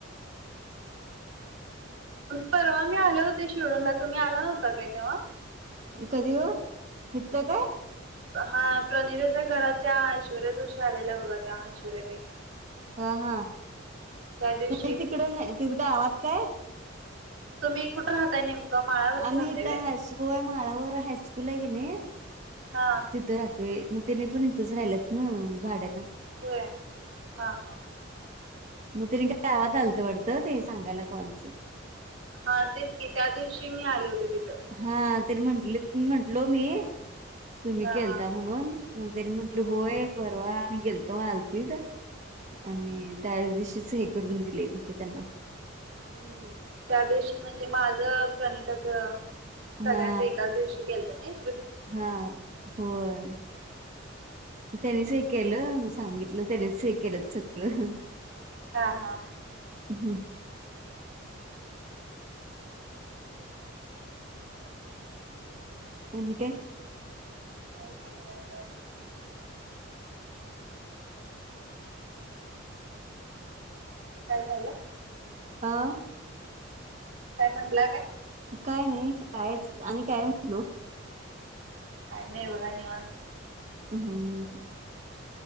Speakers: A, on the right (about 85°); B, on the right (about 35°).
A: परवा मी आले होते शिडूनला तुम्ही आला नव्हता काय तेव्हा
B: कधी हितत काय
A: हा प्रणिताच्या घरात त्या ऐश्वर्या जोशी आलेल्या बघा त्या ऐश्वर्यात एक
B: हा हा
A: दिवशी
B: नाही तिकडं त का गावात काय
A: तुम्ही कुठं राहताय नेमकं माळ्यावरती
B: आम्ही
A: राहताय
B: इथं
A: वे
B: हायस्कूल माळावर हायस्कूल आहे गेले
A: हा
B: तिथं राहतोय मग तिने पण इथंच राहिलंत ना भाड्याला
A: होय हा हा
B: मग तने काय गावात आलतं वाटतं ते सांगायला कॉलच
A: हा तेच की त्या दिवशी मी आले होते तिथे
B: हा तरी म्हट म्हंटलो मी तुम्ही
A: हा
B: गेलता
A: हा
B: म्हणून मण तरी म्हंटल होय परवा मी गेलतो आलतीत आणि त्या दिवशीच हे करून दिले म्हटले त्यांना. <unintelligible>
A: हम्म त्या दिवशी म्हणजे माझ प्रणिता च. सगळ्यांच
B: हा
A: एकाच दिवशी केलत नाई.
B: हा, होय त्यानीच हे केलं म सांगितलं त्यानीच हे केलं सगळं.
A: हा हा...
B: ह. आणि काय?
A: काही नाही बघा निवांत. काय झालं?
B: हं.
A: काय म्हटलं काय?
B: काय नाही काय आणि काय म्हटलो.
A: काय नाही बघा निवांत.
B: ह ह ह...